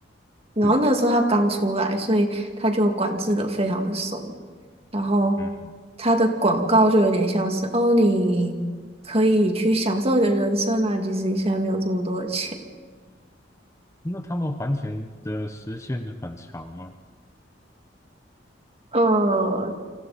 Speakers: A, on the right; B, on the left.
A: 然后那个时候它刚出来，
B: 对，
A: 所以它就管制的非常的松。然后
B: 嗯，
A: 它的广告就有点像是哦，你可以去享受你的人生啊，即使你现在没有这么多的钱。
B: 那他们还钱的时限很长吗？
A: 呃，